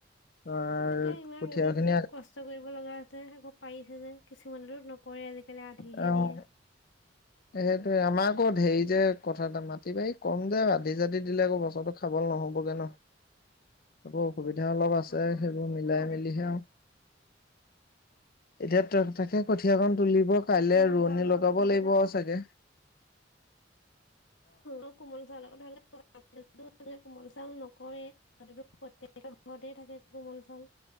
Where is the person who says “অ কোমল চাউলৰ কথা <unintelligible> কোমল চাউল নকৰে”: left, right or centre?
Left